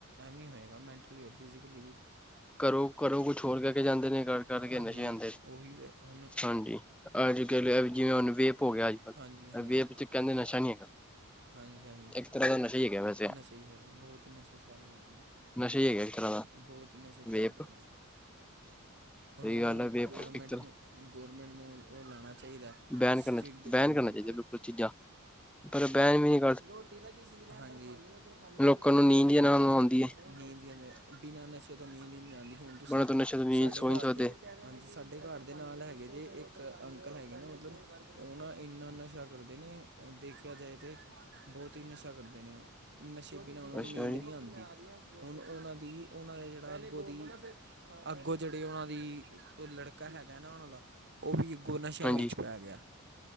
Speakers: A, on the right; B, in the centre.
A: ਐਵੇਂ ਹੀ ਹੋਏਗਾ, ਮੈਂਟਲੀ ਔਰ ਫਿਜ਼ਕਲੀ ਵੀ।
B: ਘਰੋਂ- ਘਰੋਂ ਕੁਛ ਹੋਰ ਕਹਿ ਕੇ ਜਾਂਦੇ ਨੇ ਕਰ ਕਰਕੇ
A: ਹਾਂਜੀ
B: ਨਸ਼ੇ ਆਦੇ ਨੇ।
A: ਉਹੀ ਤੇ ਹੁਣ
B: ਹਾਂਜੀ। ਅੱਜ ਕੱਲ ਜਿਵੇਂ ਹੁਣ ਵੇਪ ਹੋ ਗਿਆ, ਅੱਜ ਕੱਲ
A: ਹਾਂਜੀ ਹਾਂਜੀ
B: ਵੇਪ ਚ' ਕਹਿੰਦੇ ਨਸ਼ਾ ਨੀ ਹੈਗਾ।
A: ਹਾਂਜੀ- ਹਾਂਜੀ।
B: ਤਾਂ ਹੀ ਹੈ।
A: ਨਸ਼ੇ ਹੀ ਹੈਗਾ ਬਹੁਤ ਹੀ ਨਸ਼ੇ ਫੈਲੇ ਗਏ।
B: ਨਸ਼ਾ ਹੀ ਹੈਗਾ ਇੱਕ ਤਰ੍ਹਾਂ ਦਾ
A: ਬਹੁਤ ਹੀ ਨਸ਼ੇ ਫੈ
B: ਵੇਪ
A: ਹੈਲੋ,
B: ਸਹੀ
A: ਹੁਣ ਇਹਨੂੰ
B: ਗੱਲ ਹੈ ਵੇਪ
A: ਗੌਰਮੈਂਟ
B: ਇੱਕ ਤਰ੍ਹਾਂ
A: ਨੂੰ ਗੌਰਮੈਂਟ ਨੂੰ ਉਹ ਲਾਉਣਾ ਚਾਹੀਦਾ
B: ਬੈਨ ਕਰਨਾ
A: ਸੀ।
B: ਬੈਨ
A: ਕਾਨੂੰਨ।
B: ਕਰਨਾ ਚਾਹੀਦਾ ਬਿਲਕੁਲ ਚੀਜ਼ਾਂ ਪਰ ਬੈਣ ਵੀ ਨ
A: ਰੋਟੀ ਦਾ ਕੀ ਸੀਜ਼ ਉਧਰ ਖਾ ਫ
B: ਲੋਕਾਂ ਨੂੰ ਨੀਂਦ ਹੀ
A: ਮੈਂ
B: ਨਾ
A: ਨਾਲ
B: ਆਉਂਦੀ
A: ਫੋਨ ਕਰਦਾ
B: ਹੈ
A: <unintelligible> ਨੀਂਦ ਬਿਨਾਂ ਨਸ਼ੇ ਤੋਂ ਨੀਂਦ ਹੀ ਨੀ ਆਂਦੀ ਹੁਣ ਤੁਸੀਂ
B: ਬਣਾ ਤੋਂ ਨਸ਼ੇ ਤੋਂ ਨੀਂਦ
A: ਸਾਡੇ
B: ਸੋ
A: ਘਰ
B: ਨਹੀਂ ਸਕਦੇ
A: ਦੇ ਹਾਂਜੀ, ਸਾਡੇ ਘਰ ਦੇ ਨਾਲ ਹੈਗੇ ਜੇ ਇੱਕ ਅੰਕਲ ਹੈਗੇ ਨੇ ਮਤਲਬ ਉਹ ਨਾ ਇੰਨਾ ਨਸ਼ਾ ਕਰਦੇ ਨੇ। ਦੇਖਿਆ ਜਾਏ ਤਾਂ ਬਹੁਤ ਹੀ ਨਸ਼ਾ ਕਰਦੇ ਨੇ ਨਸ਼ੇ ਪਿਨਾ ਉਹਨਾ ਨੂੰ
B: ਅੱਛਾ
A: ਨੀਂਦ
B: ਜੀ
A: ਨੀ ਆਉਂਦੀ। ਹੁਣ ਉਹਨਾਂ ਦੀ, ਉਹਨਾਂ ਦਾ ਜਿਹੜਾ ਅੱਗੋਂ ਦੀ ਅੱਗੋਂ ਜਿਹੜੀ ਉਹਨਾਂ ਦੀ ਲੜਕਾ ਹੈਗਾ ਨਾ ਉਹਨਾਂ ਦਾ ਉਹ ਵੀ ਅੱਗੋਂ ਨਸ਼ਿਆਂ
B: ਹਾਂਜੀ
A: ਵਿੱਚ ਪੈ ਗਿਆ।